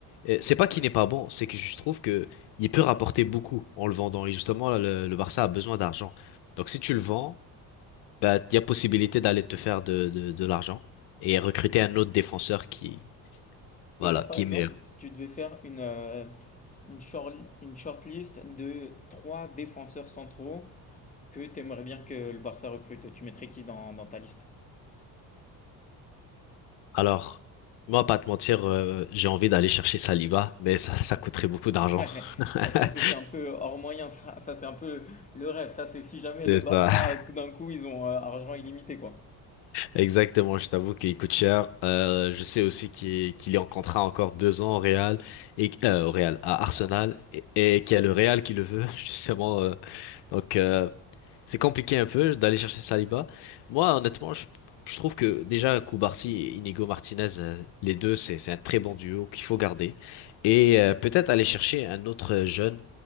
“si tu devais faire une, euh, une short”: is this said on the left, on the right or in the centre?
Left